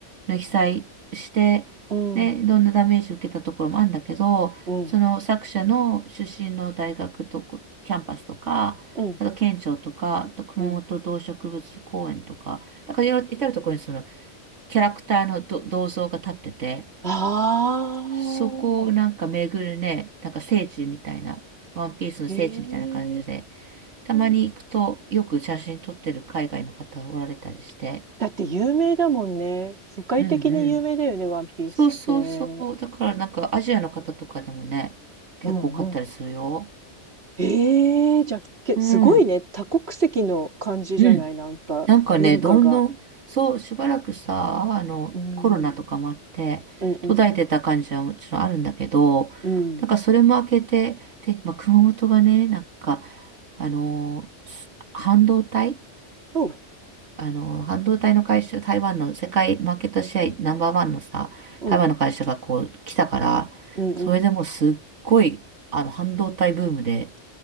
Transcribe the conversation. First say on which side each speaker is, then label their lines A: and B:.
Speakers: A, on the right; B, on the right.
A: の被災して、
B: うん、
A: ね、いろんなダメージ受けたところもあるんだけど、
B: うん、
A: その作者の出身の大学とこキャンパスとか、
B: うん、
A: あと県庁とか、あと熊本動植物公園とか、
B: うん。
A: だからいろいろ至るところにそのキャラクターのど銅像が立ってて、
B: ああ、
A: そこをなんか巡るね、なんか聖地みたいな、ワンピースの聖地みたいな感じで、
B: え
A: たまに行くとよく写真撮ってる海外の方おられたりして。
B: えだって有名だもんね。世界的に有名だよね、
A: うんうん。
B: ワンピースって。
A: そうそうそう。だからなんかアジアの方とかでもね、結構多かったりするよ。
B: うんうん。ええじゃあ、け、
A: うん。
B: すごいね。多国籍の感じじゃないなんか、
A: うん。なんかね、
B: 文化が。
A: どんどん、そう、しばらくさ、あの、
B: うん。
A: コロナとかもあって、
B: うんうん。
A: 途絶えてた感じはもちろんあるんだけど、
B: うん。
A: だからそれも明けて、で、まあ、熊本がね、なんか、あのー、す半導体
B: そう
A: あのー、半導体の会社、台湾の世界マーケットシェアナンバーワンのさ、
B: うん。
A: 台湾の会社がこう来たから、
B: うんうん。
A: それでもうすっごい、あの、半導体ブームで